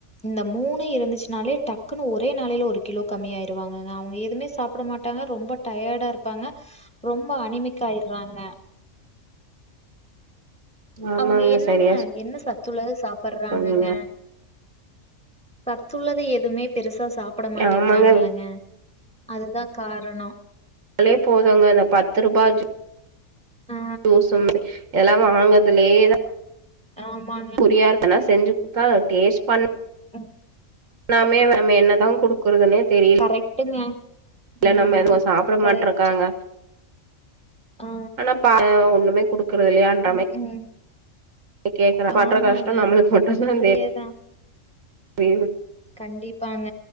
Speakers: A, in the centre; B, on the right.
A: இந்த மூணு இருந்துச்சுனாலே டக்குன்னு ஒரே நாளையில ஒரு கிலோ கம்மி ஆயிருவாங்க அவங்க எதும்மே சாப்பட மாட் டாங்க ரொம்போ டயடா இருப்பாங்க ரொம்ப அனிமிக்கா ஆயிற்றாங்க
B: ஆமாங்க
A: அவங்க என்னங்க
B: சரியா
A: என்ன சத் துள்ளது சாப்பற்றாங்கங்க
B: சொன்னீங்க
A: சத்துள்ளது எதும்மே பெருசா சாப் பட மாட்டிங்கிறாங்கலங்க
B: ஆமாங்க
A: அதுதா காரணோ
B: லே போதுங்க இந்த பத்து ரூபா ஜி
A: ஆ,
B: ஜுசு <inaudible> எல்லா வாங்கதலேதா
A: ஆமா
B: புரியா இருக்கன்னா செஞ்சு குத்தா டேஸ்ட் பண்
A: ஆஹ்
B: நாமே நம் என்னதா குடுக்குறதுன்னே தெரில்
A: கரெக்ட்டுங்க
B: லா
A: ம்.
B: நம்ம சாப்பட
A: கரெக்ட்.
B: மாட்ருங்காங்க
A: ஆ.
B: ஆனா ப ஒண்ணுமே குடுக்குற இல்லையான்றமை
A: ம். ம்
B: எ கேக்குற பண்ற
A: ஆமாங்க.
B: கஷ்டொ நம்மளுக்கு மட்டுந்தா
A: இப்படியே தான்.
B: தெ
A: கண்டிப்பாங்க